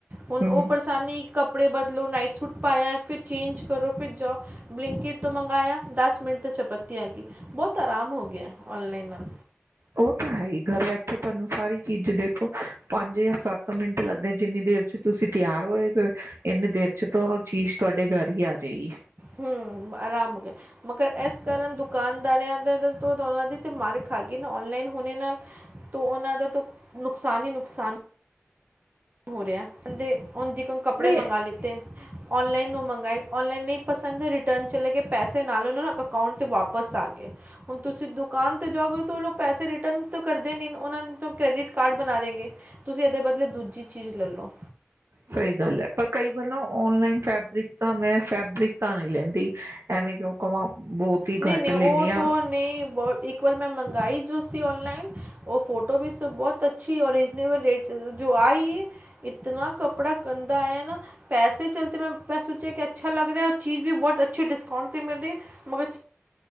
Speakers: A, on the right; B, on the right.
A: ਹੁਨ
B: ਹੂੰ
A: ਓ
B: ਹੂੰ।
A: ਪਰੇਸਾਨੀ ਇੱਕ ਕਪ ਕੱਪੜੇ ਬਦਲੋ ਨਾਈਟ ਸੂਟ ਪਾਇਆ ਫਿਰ ਚੇਂਜ ਕਰੋ ਫਿਰ ਜਾਓ, ਬਲਿੰਕਿਟ ਤੋਂ ਮੰਗਾਇਆ ਦਸ ਮਿੰਟ ਤੋਂ ਚਪੱਤੀ ਆ ਗਈ ਬਹੁਤ ਆਰਾਮ ਹੋ ਗਿਆ ਔਨਲਾਈਨ ਨਾਲ।
B: ਉਹ ਤਾਂ ਹੈ ਹੀ ਘਰ ਬੈਠੇ ਤੁਹਾਨੂੰ ਸਾਰੀ ਚੀਜ਼ ਦੇ ਪੰਜ ਜਾਂ ਸੱਤ ਮਿੰਟ ਲੱਗਦੇ ਜਿੰਨੀ ਦੇਰ ਚ ਤੁਸੀਂ ਤਿਆਰ ਹੋਏ, ਇੰਨੀ ਦੇਰ ਚ ਤਾਂ ਉਹ ਚੀਜ਼ ਤੁਹਾਡੇ ਘਰ ਹੀ ਆ ਜਾਏਗੀ।
A: ਹ ਆਰਾਮ ਹੋ ਗਿਆ ਮਗਰ ਇਸ ਕਾਰਨ ਦੁਕਾਨਦਾਰਿਆਂ ਦਾ ਤਾਂ <unintelligible> ਉਨ੍ਹਾਂ ਦੀ ਤਾਂ ਮਾਰ ਖਾ ਗਈ ਨਾ, ਔਨਲਾਈਨ ਹੋਣੇ ਨਾਲ, ਉਹਨਾਂ ਦਾ ਤਾਂ ਨੁਕਸਾਨ ਹੀ ਨੁਕਸਾਨ ਹੋ ਰਿਹਾ। ਬੰਦੇ ਹੁਣ ਦੇਖੋ ਕੱਪੜੇ
B: ਨਹੀਂ
A: ਮੰਗਾ ਲਿੱਤੇ। ਔਨਲਾਈਨ ਉਹ ਮੰਗਾਏ ਔਨਲਾਈਨ ਨਹੀਂ ਪਸੰਦ ਰਿਟਰਨ ਚਲੇ ਗਏ। ਪੈਸੇ ਨਾਲੋਂ-ਨਾਲ ਅਕਾਊਂਟ ਤੋਂ ਵਾਪਸ ਆ ਗਏ। ਹੁਣ ਤੁਸੀਂ ਦੁਕਾਨ ਤੇ ਜਾਓਗੇ ਤੋਂ ਉਹ ਲੋਕ ਪੈਸੇ ਰਿਟਰਨ ਤਾਂ ਕਰਦੇ ਨੀ ਉਹਨਾਂ ਨੇ ਤੋਂ ਕ੍ਰੇਡਿਟ ਕਾਰਡ ਬਣਾ ਦੇਗੇ। ਤੁਸੀਂ ਇਹਦੇ ਬਦਲੇ ਦੂਜੀ ਚੀਜ਼ ਲਲੋ।
B: ਸਹੀ ਗੱਲ ਹੈ ਪਰ ਕਈ ਵਾਰ ਨਾ ਔਨਲਾਈਨ ਫੈਬਰਿਕ ਤਾਂ ਮੈਂ ਫੈਬਰਿਕ ਤਾਂ ਨਹੀਂ ਲੈਂਦੀ ਐਵੇਂ ਕਿਉਂ ਕਵਾਂ। ਬਹੁਤ ਹੀ
A: ਨਹੀਂ-ਨਹੀਂ
B: ਘੱਟ
A: ਉਹ
B: ਲੈਂਦੀ ਹਾਂ
A: ਤੋ ਨਹੀਂ ਬੋ ਇੱਕ ਵਾਰ ਮੈਂ ਮੰਗਾਈ ਜੋ ਸੀ ਔਨਲਾਈਨ, ਉਹ ਫੋਟੋ ਵੀ ਸੀ ਬਹੁਤ ਅੱਛੀ ਔਰ ਰੀਜਨੇਬਲ ਰੇਟ ਚ ਜੋ ਆਈ ਇਤਨਾ ਕਪੜਾ ਗੰਦਾ ਆਇਆ ਨਾ ਪੈਸੇ ਚਲ ਤੇ ਮੈਂ ਸੋਚਿਆ ਕਿ ਅੱਛਾ ਲੱਗ ਰਿਹਾ ਚੀਜ਼ ਵੀ ਬਹੁਤ ਅੱਛੀ ਡਿਸਕਾਊਂਟ ਤੇ ਮਿਲ ਰਹੀ ਏ ਮਗਰ